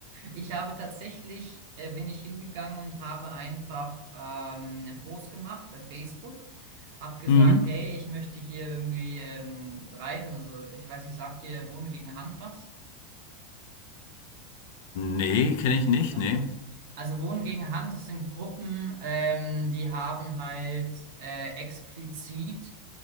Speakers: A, on the right; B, on the left.
A: ich habe tatsächlich äh, bin ich hingegangen und habe einfach ähm, einen Post gemacht bei Facebook. Hab gesagt,
B: Mhm.
A: hey, ich möchte hier irgendwie ähm, reisen. Also ich weiß nicht, sagt dir Wohnen gegen Hand was?
B: Nee, kenne ich nicht,
A: Okay.
B: nee.
A: Also Wohnen gegen Hand, das sind Gruppen, ähm, die haben halt äh, explizit